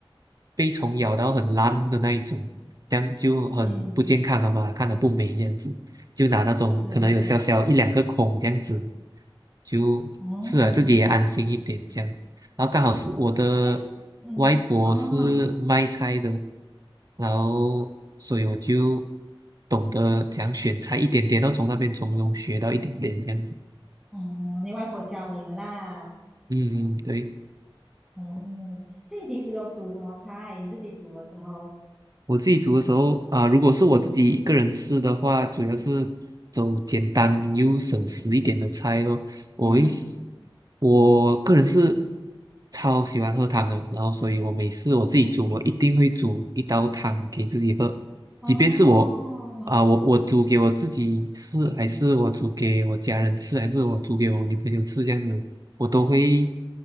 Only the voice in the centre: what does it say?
嗯，
是哦是哦，
哦，
这样嗯，哦，
哦，你外婆教你的啦。
哦，这你平时都煮什么菜？你自己煮的时候？
嗯，
哦，
哇，